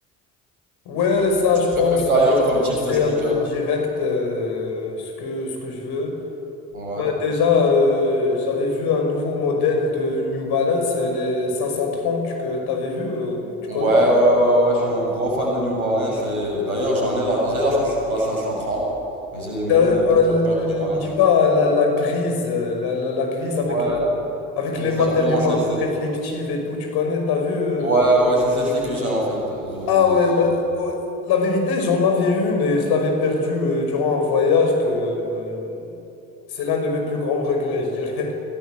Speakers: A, on the left; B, on the right.
A: Ouais, ça,
B: Qu'est-ce que tu
A: je
B: préfères
A: pense,
B: d'ailleurs
A: euh,
B: comme
A: je
B: type
A: sais
B: de sneaker?
A: un peu direct euh, ce que, ce que je veux.
B: Ouais.
A: Bah, déjà, euh, j'avais vu un nouveau modèle de New Balance, euh, les 530 que tu avais vu, euh, tu
B: Ouais,
A: connais?
B: ouais, ouais, ouais, ouais, je suis un gros fan de New Balance et euh, d'ailleurs j'en ai la, j'ai la, 500 la 530 et j'ai même
A: Euh,
B: euh, plusieurs
A: euh,
B: paires
A: le-
B: de New Balance.
A: me dis pas la, la grise, euh, la, la, la grise avec,
B: Ouais,
A: le- avec
B: exactement
A: les matériaux
B: celle-ci.
A: un peu réflectifs et tout, tu connais, t'as vu? euh,
B: Ouais, ouais, c'est celle-ci que j'ai en fait. Je,
A: Ah ouais,
B: je-
A: euh, ouais, la vérité, j'en avais une et je l'avais perdue euh, durant un voyage que euh, c'est l'un de mes plus grands regrets, je dirais.